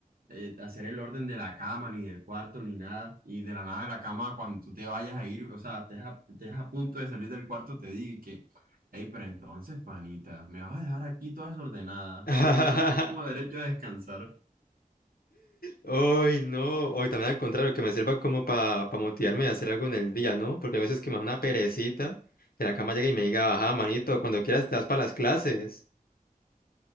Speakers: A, on the right; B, on the left.
A: eh, hacer el orden de la cama, ni del cuarto, ni nada. Y de la nada de la cama, cuando tú te vayas a ir, o sea, estés a, estés a punto de salir del cuarto, te digo que, hey, pero entonces, panita, me vas a dejar aquí toda desordenada,
B: <laughs>
A: que yo también tengo derecho a descansar.
B: Uy, no. hoy también al contrario, que me sirva como para motivarme y hacer algo en el día, ¿no? Porque a veces que me da una perecita, que la cama llegue y me diga, ajá, manito, cuando quieras te das para las clases.